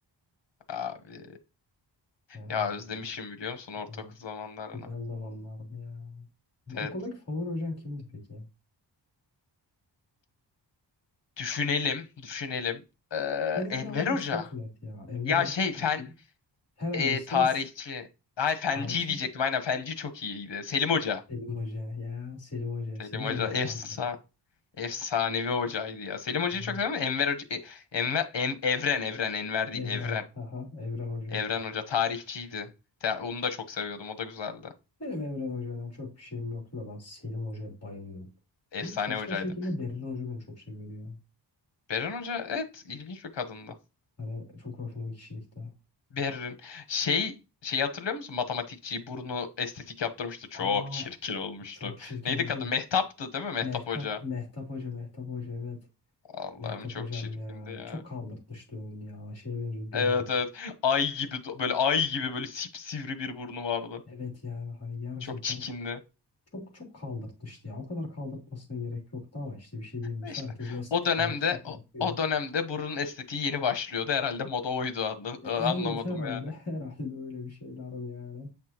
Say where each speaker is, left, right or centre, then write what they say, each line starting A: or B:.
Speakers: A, on the left; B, on the left.
A: Abi
B: Yani
A: ya
B: aynen.
A: özlemişim
B: öyle.
A: biliyor musun
B: Ama
A: ortaokul zamanlarını.
B: güzel zamanlardı ya. Okuldaki
A: Evet.
B: favori hocan kimdi peki?
A: Düşünelim, düşünelim. Ee,
B: Benim
A: Enver
B: cevabım
A: Hoca.
B: çok net ya. Enver
A: Ya
B: Hoca
A: şey
B: hangisi?
A: fen
B: Fen
A: e,
B: hocası
A: tarihçi.
B: değil mi? S-
A: Hayır fenci
B: Tarihçi
A: diyecektim. Aynen fenci çok iyiydi. Selim Hoca.
B: Selim Hoca ya. Selim Hoca.
A: Selim
B: Selim
A: Hoca
B: Hoca
A: efsa
B: candır.
A: efsanevi hocaydı ya. Selim
B: Selim,
A: Hoca'yı çok seviyorum ama Enver Hoca e, Enver En- Evren Evren Enver değil
B: Evren.
A: Evren.
B: Haha, Evren Hoca.
A: Evren Hoca tarihçiydi. Ya Onu da çok seviyordum. O da güzeldi.
B: Benim Evren Hoca'yla çok bir şeyim yoktu da ben Selim Hoca'ya bayılıyorum.
A: Efsane
B: Bir de saçma
A: hocaydı.
B: şekilde Berrin Hoca beni çok seviyordu ya.
A: Beren Hoca evet ilginç bir kadındı.
B: Hani çok rafine bir kişilikte.
A: Berrin şey şeyi hatırlıyor musun? Matematikçiyi burnu estetik yaptırmıştı. Çok
B: Aa
A: çirkin olmuştu.
B: çok çirkin
A: Neydi
B: olmuşum.
A: kadın? Mehtap'tı değil mi? Mehtap
B: Mehtap,
A: Hoca.
B: Mehtap Hoca, Mehtap Hoca evet.
A: Allah'ım
B: Mehtap
A: çok
B: Hocam
A: çirkindi
B: ya.
A: ya.
B: Çok kaldırtmıştı oyunu ya. Şeye benziyor domuz.
A: Evet evet. Ay gibi böyle ay gibi böyle sipsivri bir burnu vardı.
B: Evet yani hani gerçekten
A: Çok çikindi.
B: Çok çok kaldırtmıştı ya. O kadar kaldırtmasına gerek yoktu ama işte bir şey diyemiyorsun.
A: Ve İşte
B: Herkesin estetik
A: o dönemde
B: algısı da farklıydı.
A: o, o dönemde burun estetiği yeni başlıyordu. Herhalde moda oydu anla-
B: E, evet
A: anlamadım
B: herhalde
A: yani.
B: <laughs> herhalde öyle bir şeylerin yani.